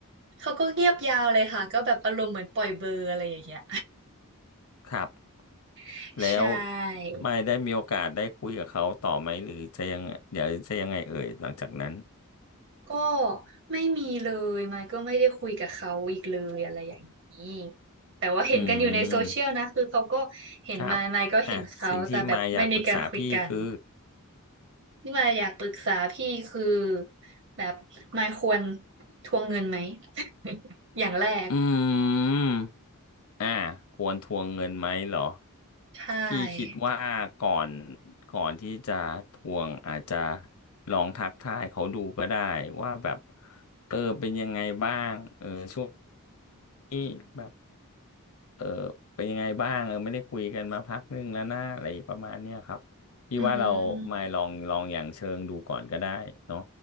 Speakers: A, on the right; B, on the left.
A: เขาก็เงียบยาวเลยค่ะก็แบบอารมณ์เหมือนปล่อยเบอร์อะไรอย่างเงี้ย
B: ครับ
A: <laughs>
B: แล้ว
A: ใช่
B: ไม่ได้มีโอกาสได้คุยกับเขาต่อไหมหรือจะยังเดี๋ยวจะยังไงเอ่ยหลังจากนั้น
A: ก็ไม่มีเลยมายก็ไม่ได้คุยกับเขาอีกเลยอะไรอย่างนี้แต่ว่าเห็นกันอยู่ในโซเชียลนะคือเขาก็
B: อืม
A: เห็นมายมายก็เห็นเขาแต่แบบไม่มีการคุยกัน
B: ครับอ่ะสิ่งที่มาอยากปรึกษาพี่คือ
A: นี่มายอยากปรึกษาพี่คือแบบมายควรทวงเงินไหม <laughs> อย่างแรก
B: อืมอ่ะควรทวงเงินไหมเหรอ
A: ใช่
B: พี่คิดว่าก่อนก่อนที่จะทวงอาจจะลองทักทายเขาดูก็ได้ว่าแบบเออเป็นยังไงบ้างเออช่วงนี้แบบ เออเป็นยังไงบ้างเออไม่ได้คุยกันมาพักนึงแล้วนะอะไรประมาณเนี้ยครับพี่ว่าเรามาลองลองอย่างเชิงดูก่อนก็ได้เนาะ
A: อืม